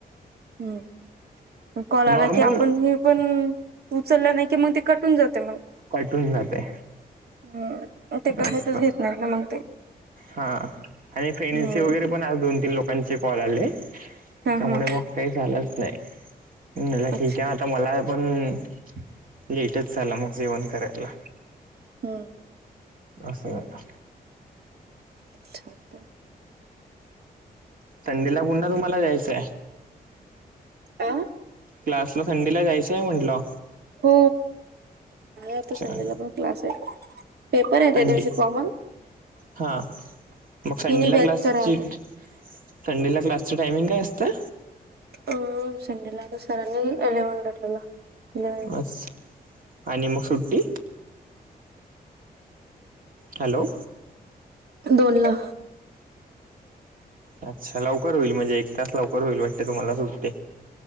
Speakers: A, on the right; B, on the right.
A: हम्म कॉल आला
B: नॉर्मल
A: की आपण हे पण उचलं नाही की मग ते कट होऊन जाते मग
B: कट होऊन जाते
A: हम्म ते
B: जास्त
A: कशातच घेत नाहीत ना मग ते
B: हा आणि फेणीचे
A: हम्म
B: वगैरे पण त्या दोन तीन लोकांचे कॉल आले
A: हा
B: त्यामुळे
A: हा
B: मग काही झालंच नाही ला
A: अच्छा.
B: ठीक आहे आता मला पण लेटच झाला मग जेवण करायला
A: हम्म
B: अस झाल
A: <unintelligible>
B: संडेला पुन्हा तुम्हाला जायचं हाय
A: अ
B: क्लासला संडेला जायचं हाय म्हटलं
A: हो आता संडेला
B: छान
A: पण क्लास आहे पेपर आहेत
B: कंटी
A: त्या दिवशी कॉर्मन
B: हा मग संडेला
A: तिन्ही बॅचचा
B: क्लासची
A: राहत आहे.
B: संडेला क्लासचं टायमिंग काय असतं?
A: अं संडेला आता सरांनी एलेवणला ठेवला. इलेव्हन
B: अस, आणि मग सुट्टी? हॅलो!
A: बोला
B: अच्छा, लवकर होईल म्हणजे एक तास लवकर होईल वाटते तुम्हाला सुट्टी.